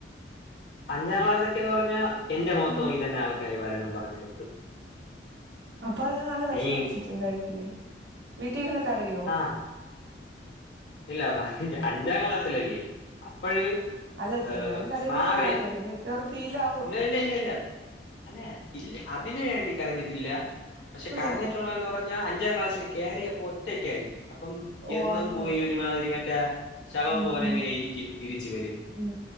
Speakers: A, on the left; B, on the right.
A: അഞ്ചാ ക്ലാസ്സൊക്കെന്ന്പറഞ്ഞാ എന്റെ മോത്ത്
B: ആഹ്
A: നോക്കിറ്റന്നെ ആൾക്കാര്പലതും പറഞ്ഞിട്ടുണ്ട്.
B: അപ്പൊഅത് നല്ല വെഷം
A: നീ
B: വെച്ചിട്ടുണ്ടായിരിക്കില്ലേ വീട്ടിൽ ഇരുന്ന് കരയോ?
A: ആഹ് ഇല്ല അഞ്ചാ ക്ലാസ്സിലല്ലേ അപ്പഴ്‌
B: അല്ല
A: ഏഹ്
B: എന്നാലും കരയുന്നവര്
A: മാറി
B: കാണുവല്ലോ മിക്കവാറും ഫൈലാ
A: ഇല്ലഇല്ലഇല്ലല്ല അല്ലേ ഇല്ല അതിന് വേണ്ടി കരഞ്ഞിട്ടില്ല പഷേകരഞ്ഞിട്ട്
B: ആഹ്
A: ട്ടൊള്ളെന്ന്പറഞ്ഞഅഞ്ചാക്ലാസില് കേറിയപ്പോ ഒറ്റക്ക്യായി അപ്പം
B: ഓ
A: എന്നും
B: അങ്ങനെ
A: പോയി ഒരു രിതിരി മറ്റേശവം
B: ഉം
A: പോലെ
B: ഉം
A: ഇങ്ങനെഇരിക്കും തിരിച്ച് വെരും
B: ഉം